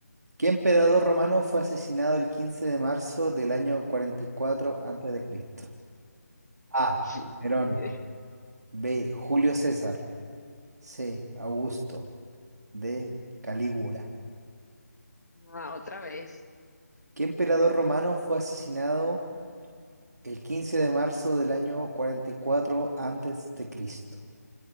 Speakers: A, on the right; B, on the left.
A: ¿Qué emperador romano fue asesinado el 15 de marzo del año cuarenta y cuatro antes de Cristo? A.
B: <laughs>
A: Nerón. B. Julio César. C. Augusto. D. Calígula.
B: Ah, otra vez.
A: ¿Qué emperador romano fue asesinado el 15 de marzo del año 44 antes de Cristo?